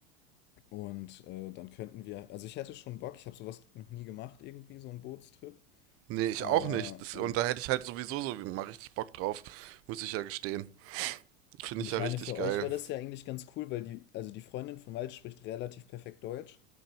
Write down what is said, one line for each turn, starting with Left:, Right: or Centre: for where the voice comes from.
Left: und äh, dann könnten wir, also ich hätte schon Bock, ich habe sowas noch nie gemacht, irgendwie, so einen Bootstrip.
Right: Nee, ich
Left: Aber
Right: auch nicht. Das,
Left: ähm,
Right: und da hätte ich halt sowieso so mal richtig Bock drauf, muss ich ja gestehen. Finde
Left: Und
Right: ich
Left: ich
Right: ja
Left: meine,
Right: richtig
Left: für
Right: geil.
Left: euch wäre das ja eigentlich ganz cool, weil die, also die Freundin von Malte spricht relativ perfekt Deutsch,